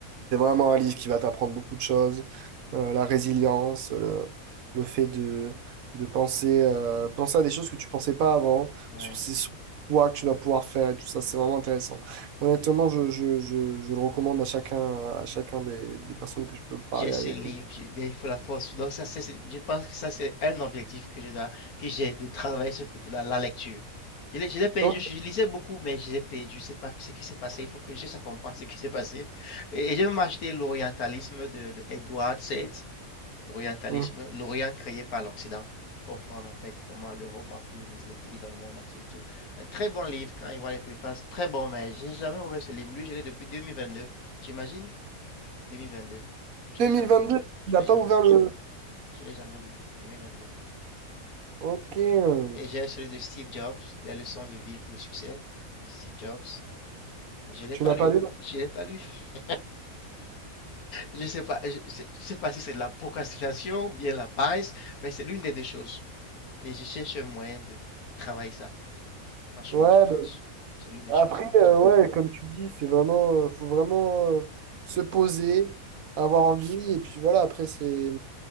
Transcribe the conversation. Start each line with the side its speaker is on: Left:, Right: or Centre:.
Right: C'est vraiment un livre qui va t'apprendre beaucoup de choses. Euh, la résilience, le, le fait de, de penser, euh, penser à des choses que tu pensais pas avant,
Left: ouais.
Right: sur ces sur toi que tu vas pouvoir faire et tout ça, c'est vraiment intéressant. Honnêtement, je, je, je, je le recommande à chacun, à chacun des, des personnes que je peux parler
Left: J'ai ce
Right: avec.
Left: livre, j'ai- mais il faut la force. Donc ça, c'est, c'est- je pense que ça, c'est un objectif que je dois, que j'ai de travailler ce côté-là, la lecture. Je l'ai, je l'ai perdu,
Right: Oh,
Left: je lisais beaucoup, mais je l'ai perdu. C'est pas ce qui s'est passé. Il faut que je ça comprenne ce qui s'est passé. Et, et j'ai même acheté l'orientalisme de, de Edward Said, l'orientalisme,
Right: hmm.
Left: l'Orient créé par l'Occident, pour comprendre en fait comment l'Europe a colonisé les pays dans le monde entier et tout. Un très bon livre quand il voit les préfaces, très bon, mais j'ai jamais ouvert ce livre. Lui, je l'ai depuis 2022, j'imagine. 2022. Je
Right: 2022,
Left: l'ai jamais,
Right: tu
Left: je
Right: n'as
Left: l'ai
Right: pas
Left: jamais
Right: ouvert
Left: lu.
Right: le...
Left: Je l'ai jamais lu. 2022.
Right: Ok, euh,
Left: Et j'ai celui de Steve Jobs, Les leçons de vie pour le succès de Steve Jobs. Je l'ai
Right: tu
Left: pas
Right: n'as
Left: lu.
Right: pas lu? Ouais,
Left: Je l'ai pas lu. <laughs> Je sais pas, je je sais je sais pas si c'est de la procrastination ou bien la paresse, mais c'est l'une des deux choses. Et je cherche un moyen de travailler ça. Franchement,
Right: bah,
Left: je pense que c'est l'une des
Right: Après,
Left: choses que je dois
Right: euh,
Left: travailler.
Right: ouais, comme tu dis, c'est vraiment, euh, faut vraiment euh, se poser, avoir envie, et puis voilà, après, c'est,